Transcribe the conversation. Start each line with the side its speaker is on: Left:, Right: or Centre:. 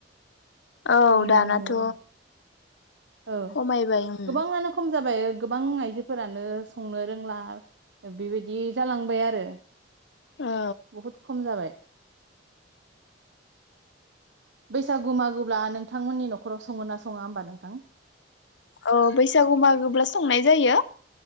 Left: औ
Right: जोंनियाव
Left: दानाथ'
Right: औ
Left: खमायबाय उम
Right: गोबाङानो खम जाबाय गोबां आइजोफोरानो संनो रोंला बेबायदि जालांबाय आरो
Left: औ
Right: बहुद खम जाबाय बेस <unintelligible> सागु मागोब्ला नोंथांमोननि न'खर न'खराव सङो ना सङा होमबा नोंथां
Left: औ बैसागु मागोब्ला संनाय जायो